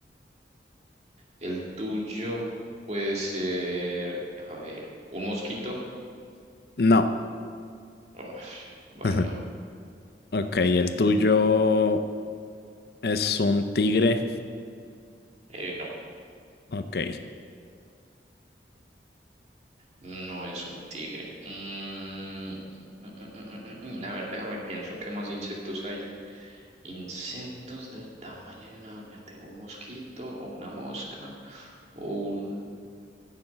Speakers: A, on the right; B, on the left.
A: El tuyo puede ser, a ver, un mosquito.
B: No.
A: Uf, bueno,
B: <laughs>
A: bueno.
B: Ok, el tuyo es un tigre.
A: Eh, no,
B: Ok.
A: no es un tigre. Mm, mm, mm, mm, mm, mm. mm, mm, mm, mm, a ver, déjame pienso qué más insectos hay. Insectos del tamaño de una uña. Tengo un mosquito o una mosca o un,